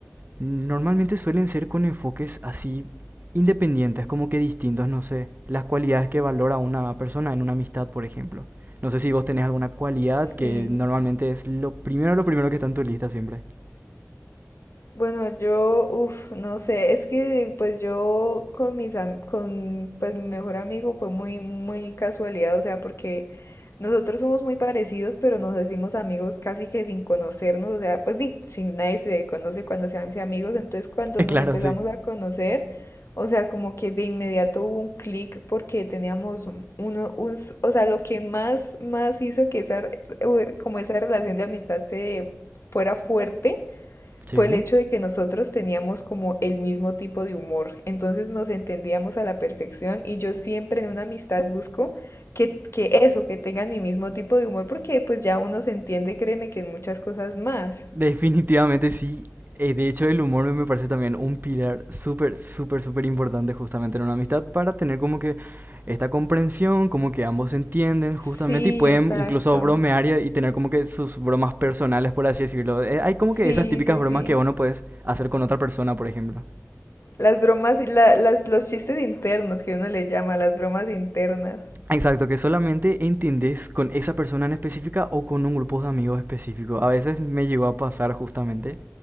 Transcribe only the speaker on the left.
Sí.
Bueno, yo, uff, no sé, es que pues yo con mis am- con pues mi mejor amigo fue muy muy casualidad, o sea, porque nosotros somos muy parecidos, pero nos decimos amigos casi que sin conocernos, o sea, pues sí, sí, nadie se conoce cuando se hace amigos, entonces cuando
nos
empezamos
a conocer, o sea, como que de inmediato hubo un clic porque teníamos uno un, s- o sea, lo que más más hizo que esa re- como esa relación de amistad se fuera fuerte
fue el hecho de que nosotros teníamos como el mismo tipo de humor, entonces nos entendíamos a la perfección y yo siempre en una amistad busco que, que eso, que tengan mi mismo tipo de humor, porque pues ya uno se entiende, créeme, que en muchas cosas más.
Sí,
exacto.
Sí,
sí,
sí.
Las bromas, y la- las, los chistes internos que uno le llama, las bromas internas.